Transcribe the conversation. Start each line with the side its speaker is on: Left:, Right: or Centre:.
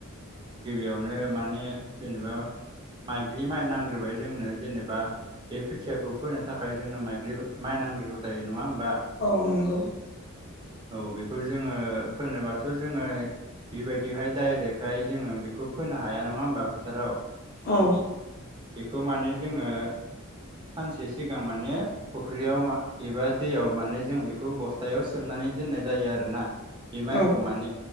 Right: गिबियावनो माने जेनेबा माइज्लि माइ नांग्रोबाय जोंनो जेनेबा बे खोथियाखौ फोनो थाखाय जोंनो माइ माइ नांग्रौ जायो नङा होम
Left: औ नंगौ
Right: औ बेखौ जोङो फोनोबाथ' जोङो बेबायदिहाय डाइरेक्टहाय जोङो बे फोनो हाया नङा होमबा फोथाराव
Left: औ
Right: बेखौ मानि जोङो सानसे सिगां माने फुख्रियाव एबा दैयाव माने जों बेखौ बस्थायाव सोबनानै दोननाय जायो आरोना बे माइखौ
Left: औ
Right: मान